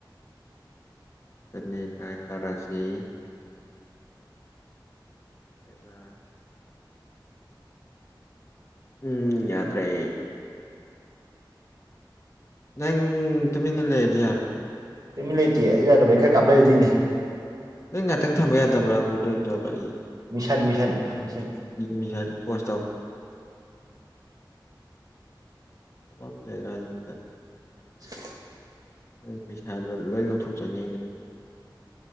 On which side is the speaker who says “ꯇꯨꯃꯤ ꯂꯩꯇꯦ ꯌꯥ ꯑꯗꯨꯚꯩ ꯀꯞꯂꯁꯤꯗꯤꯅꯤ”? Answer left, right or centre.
Right